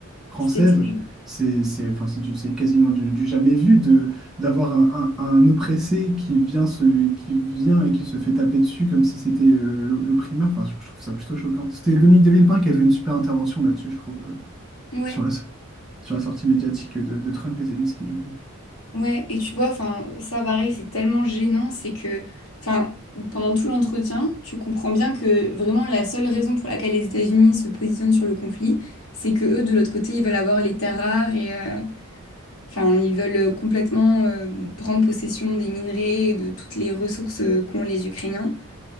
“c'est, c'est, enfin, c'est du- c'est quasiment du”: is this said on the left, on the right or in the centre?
Centre